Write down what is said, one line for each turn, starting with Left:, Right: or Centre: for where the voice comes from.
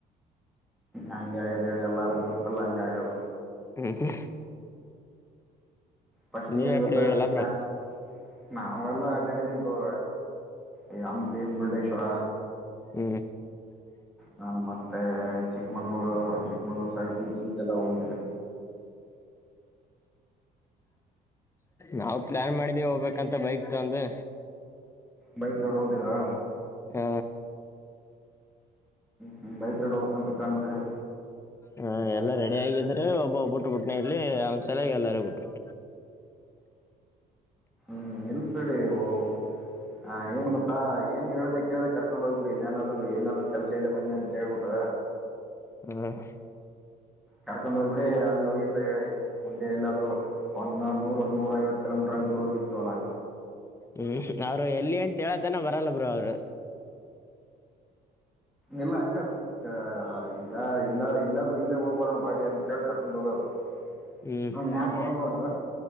Centre: ಹಂಗೆ ಆಗದ ಹೇಳಿ ಎಲ್ಲಾರ ಗ್ರೂಪಲ್ಲೂ ಹಂಗೆ ಆಗದ.
Left: ಹ್ಮ್ ಹ್ಮ್
Centre: ಫಷ್ಟುಗೇನ್
Left: ನೀವ್ ಆ
Centre: ಗೊತ್ತ
Left: ಕಡೆ ಹೋಗಿಲ್ಲ
Centre: ಪ್ಲಾನ್
Left: ಬ್ರೋ
Centre: ನಾವೆಲ್ಲಾ ಅಡ್ಡಾಡಿದಿವ್ ಬ್ರೋ ಈ ಹಂಪಿ ಮುರುಡೇಶ್ವರ
Left: ಈ
Centre: ನಾನು ಮತ್ತೆ ಚಿಕ್ಮಂಗ್ಳೂರು ಚಿಕ್ಕಮಂಗ್ಳೂರು ಸೈಡ್ ಬೀಚ್ ಗಿಚ್ ಎಲ್ಲ ಹೋಗಿದ್ದಿವಿ.
Left: ನಾವ್ ಪ್ಲಾನ್ ಮಾಡಿದೀವಿ ಹೋಗ್ಬೇಕಂತ ಬೈಕ್ ತೊಗೊಂಡು
Centre: ಬೈಕ್ ರೋಡ್ ಹೊಂಟಿದ್ರಾ?
Left: ಏ
Centre: ಹ್ಮ್ ಬೈಕ್ ರೈಡ್ ಹೋಬೇಕಂತ ಪ್ಲಾನ್ ಮಾಡಿದಾರ?
Left: ಹಾಂ ಎಲ್ಲಾ ರೆಡಿ ಆಗಿದ್ರೆ ಒಬ್ಬಬ್ಬ ಬಿಟ್ಟಬಿಟ್ನ ಇಲ್ಲಿ ಅವ್ನ್ ಸಲಯಾಗ್ ಎಲ್ಲಾರೂ ಬಿಟ್ಬಿಟ್ರು.
Centre: ಹ್ಮ್ ನಿಲ್ಸ್ ಬೇಡಿ ಓ ಹಾಂ ಏನ್ ಗೊತ್ತ ಏನ್ ಹೇಳ್ದೆ ಕೇಳ್ದೆ ಕರ್ಕೊಂಡ್ ಹೋಗ್ಬಿಡಿ ಇಲ್ಲಿ ಏನಾದ್ರು ಏನಾದ್ರು ಕೆಲಸ ಇದೆ ಬನ್ನಿ ಅಂತ ಹೇಳ್ಬಿಟ್ಟ.
Left: ಹ್ಹ್
Centre: ಹಾರ್ಕೊಂಡು ಬಿಡು ಅಲ್ಲ್ ಎಲ್ಲಿಂದ ಹೊಡೋಗು. ಮುಂದೆ ಎಲ್ಲಾದ್ರೂ ಒಂದು ನೂರು ನೂರು ಐವತ್ತು ಕಿಲೋಮೀಟರಂಗ್ ದೂರ ಹೋಗಿರ್ತವಲ್ಲಾ.
Left: ಕಿಶ್ ಯಾರು ಅವ್ರು ಎಲ್ಲಿ ಅಂತ ಹೇಳತಾನೆ ಬರಲ್ಲ ಬ್ರೋ ಅವ್ರು.
Centre: ಇಲ್ಲ ಹಂಗತ್ ದ ಇದ ಈಗ ಇಲ್ಲ ಇಲ್ಲಾದ್ರೂ ಇಲ್ಲೇ ಹೋಗ್ಬೋರಣ ಬಾರಿ ಅಂತೇಳಿ ಕರ್ಕೊಂಡು ಹೋಗೋದು.
Left: ಹ್ಮ್
Centre: ಅವ್ನ್
Left: ಗೋ
Centre: ಯಾರು
Left: ಬ್ಯಾಕ್
Centre: ಬರಲ್ಲ ನೋಡು